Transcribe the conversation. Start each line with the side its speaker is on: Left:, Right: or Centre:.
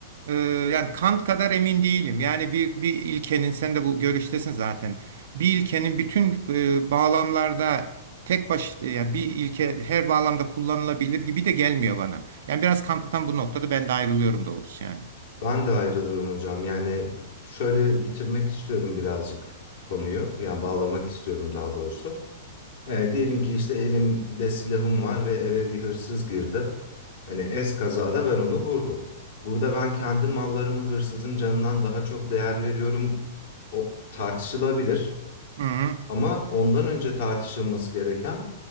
Right: e, yani Kant kadar emin değilim. Yani bir, bir ilkenin sen de bu görüştesin zaten. Bir ilkenin bütün e, bağlamlarda tek başına yani bir ilke her bağlamda kullanılabilir gibi de gelmiyor bana. Yani biraz Kant'tan bu noktada ben de ayrılıyorum doğrusu yani.
Left: Ben de ayrılırım hocam. Yani şöyle bitirmek istiyorum birazcık konuyu. Yani bağlamak istiyorum daha doğrusu. Ee, diyelim ki işte elimde silahım var ve eve bir hırsız girdi. Hani es kazada ben onu vurdum. Burada ben kendi mallarımı hırsızın canından daha çok değer veriyorum. O tartışılabilir.
Right: Hı hı.
Left: Ama ondan önce tartışılması gereken